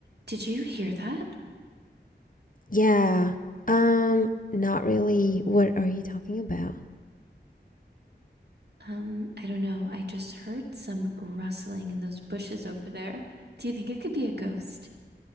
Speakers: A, on the right; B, on the left.
A: Did you hear that?
B: Yeah. Um, not really. What are you talking about?
A: Um, I don't know. I just heard some rustling in those bushes over there. Do you think it could be a ghost?